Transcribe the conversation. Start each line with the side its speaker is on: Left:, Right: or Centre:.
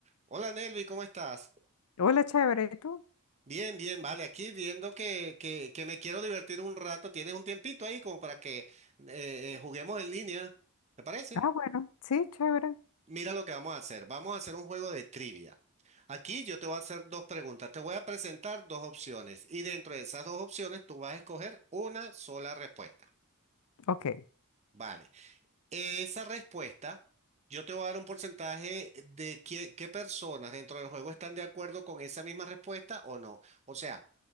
Right: Hola Nelvi, ¿cómo estás?
Left: Hola, chévere, ¿y tú?
Right: Bien, bien, vale, aquí viendo que, que, que me quiero divertir un rato, ¿tienes un tiempito ahí como para que eh, eh, juguemos en línea? ¿Te parece?
Left: Ah, bueno, sí, chévere.
Right: Mira lo que vamos a hacer, vamos a hacer un juego de trivia. Aquí yo te voy a hacer dos preguntas, te voy a presentar dos opciones y dentro de esas dos opciones tú vas a escoger una sola respuesta.
Left: Ok,
Right: Vale, esa respuesta yo te voy a dar un porcentaje de qué, qué personas dentro del juego están de acuerdo con esa misma respuesta o no. O sea,